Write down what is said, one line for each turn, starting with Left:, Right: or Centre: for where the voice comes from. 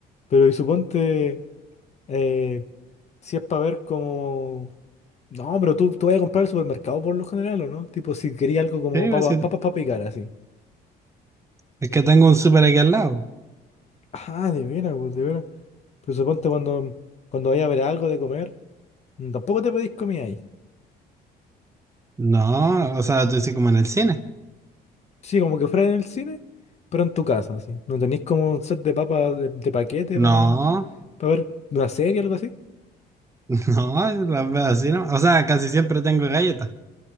Left: Pero y suponte, eh, si es para ver como... No, pero tú, tú vas a comprar al supermercado por lo general, ¿o no? Tipo, si quería algo como
Right: Sí,
Left: papas
Right: pues sí,
Left: papas para picar, así.
Right: es que tengo un súper aquí al lado.
Left: Ah, de veras, pues, de veras. Pero suponte cuando, cuando vayas a ver algo de comer, mm, tampoco te pedís comida ahí.
Right: No, o sea, tú dices como en el cine.
Left: Sí, como que fuera en el cine, pero en tu casa, así. ¿No tenéis como un set de papas de, de paquete
Right: No,
Left: para ver una serie o algo así?
Right: <laughs> no, las veo así, ¿no? O sea, casi siempre tengo galletas.